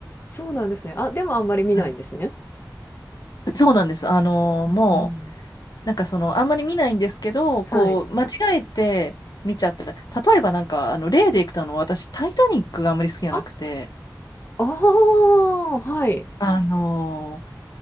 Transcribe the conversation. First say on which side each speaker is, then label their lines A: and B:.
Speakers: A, on the left; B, on the left.
A: そうなんですね。あ、でもあんまり見ないんですね。
B: はい。そうなんです。あの、
A: うん。
B: もう、なんかその、あんまり見ないんですけど、
A: はい。
B: こう、間違えて見ちゃった。例えばなんか、あの、例でいくと、あの、私、タイタニックがあんまり好きじゃなくて、
A: あ、ああ、はい。
B: あの、